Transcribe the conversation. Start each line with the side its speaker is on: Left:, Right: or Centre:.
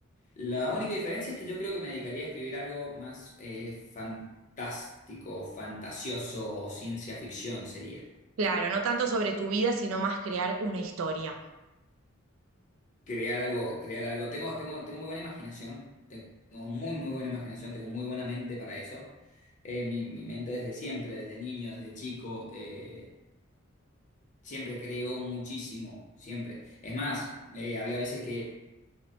Left: La única diferencia es que yo creo que me dedicaría a escribir algo más eh, fantástico, fantasioso o ciencia ficción sería.
Right: Claro, no tanto sobre tu vida, sino más crear una historia.
Left: Crear algo, crear algo. Tengo, tengo, tengo muy buena imaginación, tengo muy, muy buena imaginación, tengo muy buena mente para eso. Eh, mi, mi mente desde siempre, desde niño, desde chico, eh, siempre creo muchísimo, siempre. Es más, eh, había veces que